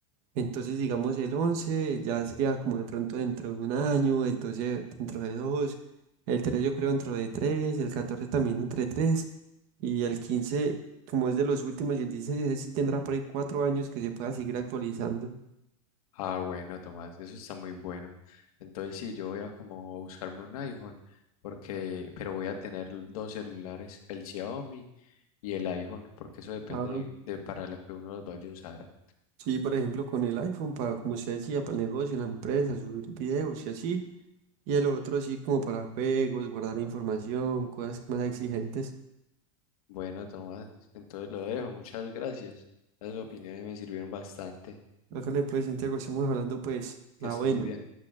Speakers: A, on the right; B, on the left.
A: Entonces digamos el 11 ya sería como de pronto dentro de un año, el 12 dentro de dos, el 3 yo creo dentro de tres, el 14 también entre tres, y el 15 como es de los últimos y el 16 ese sí tendrá por ahí cuatro años que se pueda seguir actualizando.
B: Ah, bueno, Tomás, eso está muy bueno. Entonces sí, yo voy a como buscarme un iPhone porque, pero voy a tener dos celulares, el Xiaomi y el iPhone, porque eso depende
A: Ahora,
B: de, de para lo que uno los vaya a usar.
A: Sí, por ejemplo, con el iPhone, para, como usted decía, para el negocio, la empresa, subir videos y así. Y el otro sí, como para juegos, guardar información, cosas más exigentes.
B: Bueno, Tomás, entonces lo dejo. Muchas gracias. Las opiniones me sirvieron bastante.
A: Hágale pues, Santiago, estamos hablando pues,
B: Que
A: la
B: esté
A: buena.
B: muy bien.